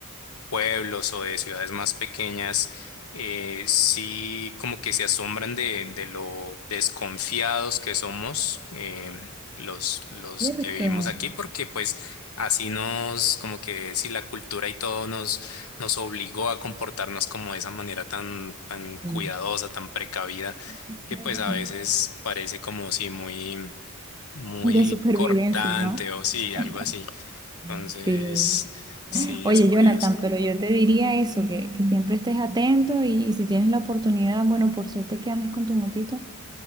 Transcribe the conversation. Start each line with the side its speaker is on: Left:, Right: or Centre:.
Left: pueblos o de ciudades más pequeñas, eh, sí como que se asombran de, de lo desconfiados que somos em, los, los
Right: Cierto.
Left: que vivimos aquí, porque pues así nos, como que si la cultura y todo nos, nos obligó a comportarnos como de esa manera tan, tan cuidadosa,
Right: Sí.
Left: tan precavida,
Right: Sí.
Left: que pues a veces parece como si muy, muy
Right: De supervivencia,
Left: cortante
Right: ¿no?
Left: o sí,
Right: <laughs>
Left: algo así. Entonces,
Right: Sí.
Left: sí,
Right: Oye,
Left: es curioso.
Right: Jonathan, pero yo te diría eso, que, que siempre estés atento y, y si tienes la oportunidad, bueno, por suerte que andas con tu motito,